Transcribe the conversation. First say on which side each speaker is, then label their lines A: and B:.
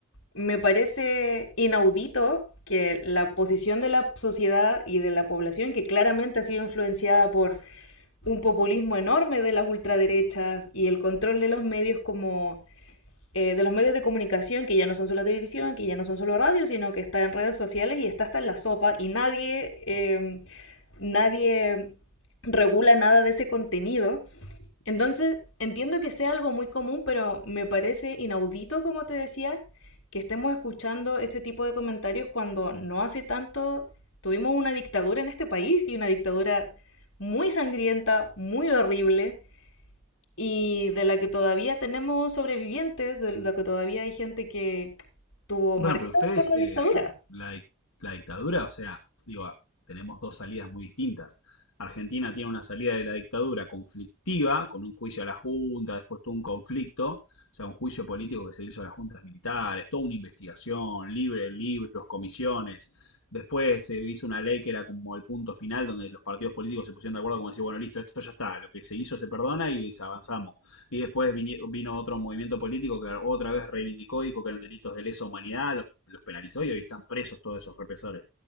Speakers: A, on the left (about 65°); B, on the left (about 80°).
A: me parece inaudito que la posición de la sociedad y de la población, que claramente ha sido influenciada por un populismo enorme de las ultraderechas y el control de los medios como eh, de los medios de comunicación, que ya no son solo televisión, que ya no son solo radio, sino que está en redes sociales y está hasta en la sopa y nadie eh, nadie regula nada de ese contenido. Entonces, entiendo que sea algo muy común, pero me parece inaudito, como te decía, que estemos escuchando este tipo de comentarios cuando no hace tanto tuvimos una dictadura en este país y una dictadura muy sangrienta, muy horrible, y de la que todavía tenemos sobrevivientes, de la que todavía hay gente que tuvo
B: Bueno,
A: marcada
B: pero ustedes,
A: por la
B: eh,
A: dictadura.
B: la, dic- la dictadura, o sea, digo, ah, tenemos dos salidas muy distintas. Argentina tiene una salida de la dictadura conflictiva, con un juicio a la Junta, después tuvo un conflicto, o sea, un juicio político que se hizo a las juntas militares, toda una investigación, libre, libros, comisiones. Después se hizo una ley que era como el punto final donde los partidos políticos se pusieron de acuerdo como decir, bueno, listo, esto ya está, lo que se hizo se perdona y avanzamos y después vino otro movimiento político que otra vez reivindicó, dijo que eran delitos de lesa humanidad, los, los penalizó y hoy están presos todos esos represores.